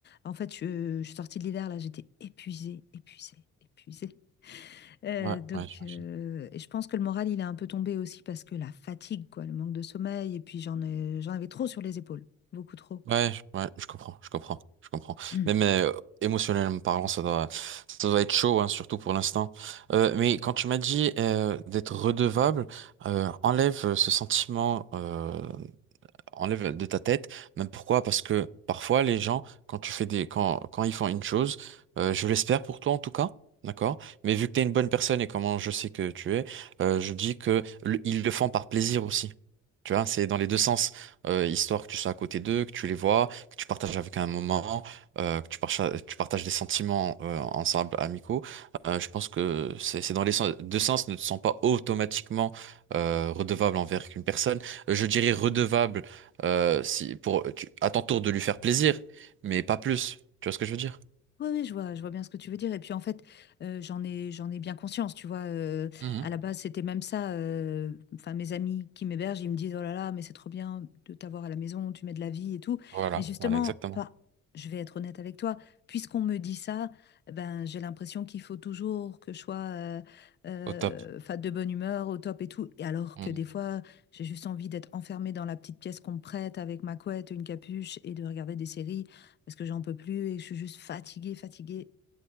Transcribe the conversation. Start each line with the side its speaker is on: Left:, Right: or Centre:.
Left: En fait, je, je suis sortie de l'hiver, là, j'étais épuisée, épuisée, épuisée. Euh,
Right: ouais,
Left: donc,
Right: ouais, j'imagine.
Left: euh, et je pense que le moral, il est un peu tombé aussi parce que la fatigue, quoi, le manque de sommeil, et puis j'en ai, j'en avais trop sur les épaules, beaucoup trop.
Right: Ouais, je- ouais, je comprends, je comprends, je comprends.
Left: <clears throat>
Right: Mais, mais euh, émotionnellement parlant, ça doit, ça doit être chaud, hein, surtout pour l'instant. Euh, mais quand tu m'as dit euh, d'être redevable, euh, enlève euh, ce sentiment. euh, enlève de ta tête. Même pourquoi? Parce que parfois les gens, quand tu fais des, quand, quand ils font une chose, euh, je l'espère pour toi en tout cas, d'accord? Mais vu que tu es une bonne personne et comment je sais que tu es, euh, je dis que le- ils le font par plaisir aussi. Tu vois, c'est dans les deux sens, Euh, histoire que tu sois à côté d'eux, que tu les vois, que tu partages avec un moment, euh, que tu partages, tu partages des sentiments euh, ensemble, amicaux. Euh, je pense que c'est c'est dans les sens- deux sens, ne te sens pas automatiquement euh, redevable envers une personne. Euh, Je dirais redevable euh, si, pour, tu- à ton tour de lui faire plaisir, mais pas plus. Tu vois ce que je veux dire?
Left: Oui, oui, je vois, je vois bien ce que tu veux dire. Et puis en fait, euh, j'en ai, j'en ai bien conscience, tu vois. euh,
Right: Mhm.
Left: à la base, c'était même ça. euh, Enfin, mes amis qui m'hébergent, ils me disent, Oh là là, mais c'est trop bien de t'avoir à la maison, tu mets de la vie et tout.
Right: Voilà,
Left: Mais justement,
Right: voilà, exactement.
Left: pas, je vais être honnête avec toi, puisqu'on me dit ça, eh ben, j'ai l'impression qu'il faut toujours que je sois euh, euh,
Right: Au top.
Left: 'fin, de bonne humeur, au top et tout. Et alors
Right: Mhm.
Left: que des fois, j'ai juste envie d'être enfermée dans la petite pièce qu'on me prête avec ma couette, une capuche et de regarder des séries parce que j'en peux plus et je suis juste fatiguée, fatiguée.